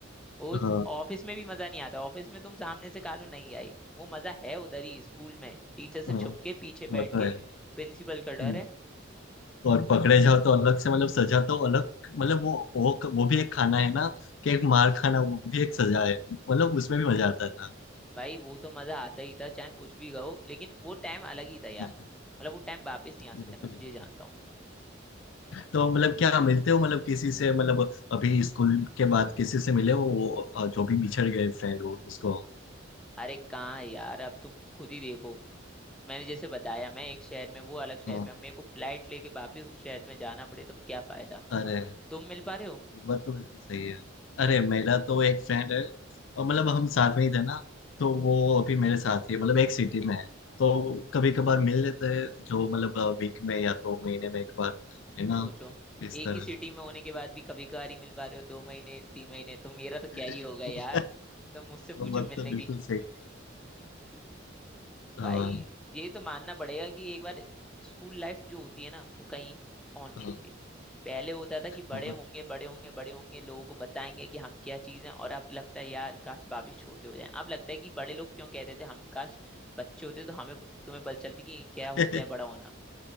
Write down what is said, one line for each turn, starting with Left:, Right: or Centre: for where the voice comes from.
Centre: वो
Left: हाँ
Centre: ऑफिस में भी मजा नहीं आता ऑफिस में तुम सामने से कालू नहीं आई वो मजा है उधर ही स्कूल में टीचर से
Left: हाँ,
Centre: छुप के पीछे
Left: वो
Centre: बैठ
Left: तो
Centre: के
Left: है
Centre: प्रिंसिपल
Left: हम्म।
Centre: का डर है
Left: और पकड़े जाओ तो अलग से मतलब सजा तो अलग मतलब वो वो वो भी एक खाना है ना कि एक मार खाना वो भी एक सजा है मतलब उसमें भी मजा आता था
Centre: भाई वो तो मजा आता ही था चाहे कुछ भी गाओ लेकिन वो टाइम अलग ही था यार
Left: हाँ,
Centre: मतलब वो टाइम वापस नहीं आ
Left: वो
Centre: सकता मैं
Left: तो बिल्कुल।
Centre: तो ये जानता हूँ
Left: तो मतलब क्या मिलते हो मतलब किसी से मतलब अभी स्कूल के बाद किसी से मिले हो वो अ, जो भी बिछड़ गए फ्रेंड हो उसको
Centre: अरे कहाँ है यार अब तुम खुद ही देखो म- मैंने जैसे बताया मैं एक शहर में वो अलग शहर
Left: हाँ,
Centre: में अब मेरे को फ्लाइट लेके वापिस उस शहर में जाना पड़े तो क्या फायदा
Left: अरे
Centre: तुम मिल पा रहे हो
Left: वो तो बिल्कुल सही है अरे मेरा तो एक फ्रेंड है और मतलब हम साथ में ही थे ना तो वो अभी मेरे साथ ही है, मतलब एक सिटी में है तो कभी कभार मिल लेते हैं जो मतलब वीक में या तो महीने में एक बार है ना
Centre: सोचो
Left: इस
Centre: एक
Left: तरह
Centre: ही सिटी
Left: से।
Centre: में होने के बाद भी कभी कभार ही मिल पा रहे हो दो महीने तीन महीने तो मेरा तो क्या
Left: <laughs>
Centre: ही होगा यार तुम मुझसे
Left: वो
Centre: पूछो
Left: बात
Centre: मिलने
Left: तो बिल्कुल
Centre: की
Left: सही
Centre: भाई
Left: हाँ
Centre: ये तो मानना पड़ेगा कि एक बार स्कूल लाइफ जो होती है ना वो कहीं ऑन नहीं
Left: हाँ
Centre: होती पहले होता था कि बड़े
Left: वो बात-
Centre: होंगे बड़े होंगे बड़े होंगे लोगों को बताएंगे कि हम क्या चीज़ हैं और अब लगता है यार काश वापिस छोटे हो जाएं अब लगता है कि बड़े लोग क्यों कहते थे हम काश बच्चे होते तो हमें तुम्हें पता चलती कि क्या
Left: <laughs>
Centre: होता है बड़ा होना